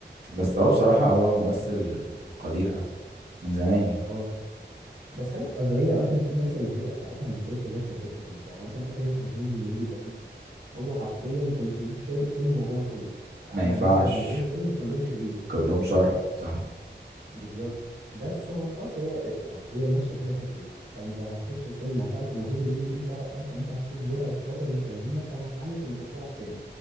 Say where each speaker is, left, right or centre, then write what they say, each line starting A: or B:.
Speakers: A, on the right; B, on the right.
A: بس هو بصراحة هو ممثل قدير أوي من زمان يعني
B: اه بس خلي بالك قصدي هي اوقات في ناس الهيئه بتاعتها ما تلاقيش غير في الحته دي يعني مثلا فاكر انت محمود المليجي زمان هو حرفيا انت ما تشوفوش فيلم وهو طيب عمل
A: ما ينفعش
B: مثلا 200 فيلم كلهم شرير
A: كلهم شر صح
B: بالظبط بس هو خلاص هي يعني هي الناس شايفين الحته دي فانت هتخش الفيلم هتعرف ان محمود اللي يجي فيه فرق فاهم فانت هتشوف جرعه شر بنت لذينه فانا هتحمس اني اخشها عشانه